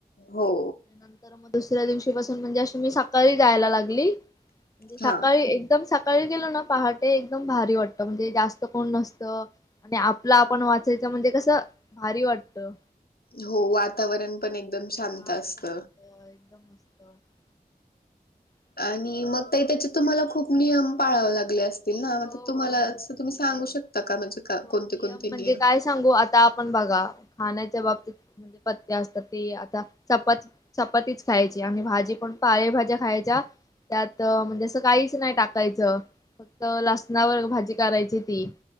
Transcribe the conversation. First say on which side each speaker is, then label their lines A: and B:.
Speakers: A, on the left; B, on the left.
A: हो,
B: नंतर मग दुसऱ्या दिवशी पासून म्हणजे अशी मी सकाळी जायला लागली. म्हजे सकाळी.
A: हा
B: एकदम सकाळी गेलो ना पहाटे एकदम भारी वाटतं म्हणजे जास्त. कोण नसतं आणि आपला आपनं वाचायचं म्हणजे कसं भारी वाटतं.
A: हो वातावरण पण एकदम शांत
B: हा
A: असत.
B: शांत <inaudible> भारी.
A: आणि मंग ते त्याचे तुम्हाला खूप नियम पाळावे लागले असते. नावाचे
B: हो
A: तुम्हाला
B: हो
A: तुम्ही सांगू
B: हो.
A: शकता का म्हणजे
B: हो
A: कोणते कोणते
B: म्हणजे
A: नियम.
B: काय सांगू आता आपण बघा खाण्याच्या बाबतीत म्हणजे पथ्य असतात ते आता चपातीत. चपातीच खायची आणि भाजी पण पालेभाज्या खायच्या त्यात म्हणजे असं काहीचं नाही टाकायचं. फक्त लसणावर भाजी करायची ती